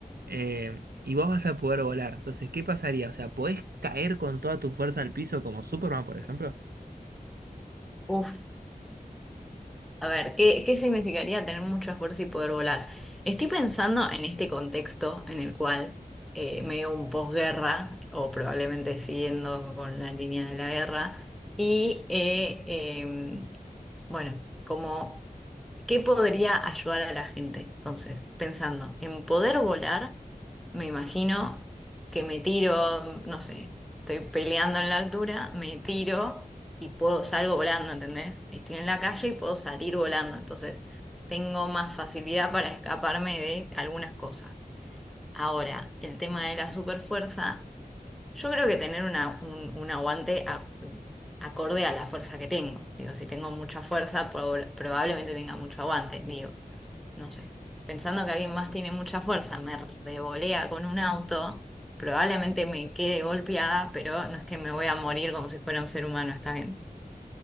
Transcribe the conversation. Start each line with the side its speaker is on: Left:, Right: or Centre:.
Right: Eh, y vos vas a poder volar. Entonces, ¿qué pasaría? O sea, ¿podés caer con toda tu fuerza al piso como Superman, por ejemplo?
Centre: Uf. A ver, ¿qué, qué significaría tener mucho esfuerzo y poder volar? Estoy pensando en este contexto en el cual eh, medio un posguerra, o probablemente siguiendo con la línea de la guerra, y eh, em, bueno, como ¿Qué podría ayudar a la gente? Entonces, pensando en poder volar, me imagino que me tiro, no sé, estoy peleando en la altura, me tiro y puedo salgo volando, ¿entendés? Estoy en la calle y puedo salir volando, entonces tengo más facilidad para escaparme de algunas cosas. Ahora, el tema de la superfuerza. Yo creo que tener una, un, un aguante a- acorde a la fuerza que tengo. Digo, si tengo mucha fuerza, prob- probablemente tenga mucho aguante. Digo, no sé. Pensando que alguien más tiene mucha fuerza, me revolea con un auto, probablemente me quede golpeada, pero no es que me voy a morir como si fuera un ser humano, ¿está bien?